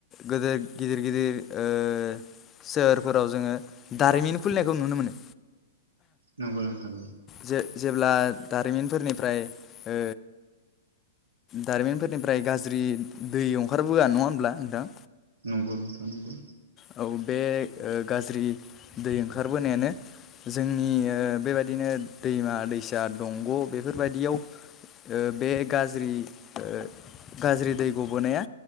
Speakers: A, on the left; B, on the right.
A: गोदेर गिदिर गिदिर ओ सोहोरफोराव जोङो दारिमिन खुलिनायखौ नुनो मोनो।
B: नंगौ नोंथां।
A: जे-जेब्ला दारिमिनफोरनिफ्राय ओ दारिमिनफोरनिफ्राय गाज्रि दै ओंखारबोआ नङा होमब्ला नोंथां?
B: नंगौ नोंथां नंगौ।
A: औ बे ओ गाज्रि दै ओंखारबोनायानो जोंनि ओ बेबायदिनो दैमा दैसा दंग' बेफोरबायदियाव ओ बे गाज्रि ओ गाज्रि दै गबोनाया